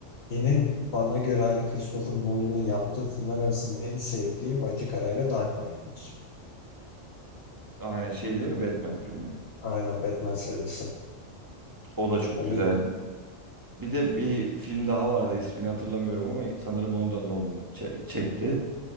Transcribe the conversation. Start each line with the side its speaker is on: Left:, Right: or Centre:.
Left: benim bana göre hani Christopher Nolan'ın yaptığı filmler arasında en sevdiğim açık arayla Dark Knight'tır.
Right: Aynen şey değil mi Batman filmi?
Left: Aynen Batman serisi.
Right: O da çok
Left: Onu
Right: güzel bu. Bir de bir film daha vardı ismini hatırlamıyorum ama sanırım onu da Nolan çe- çekti.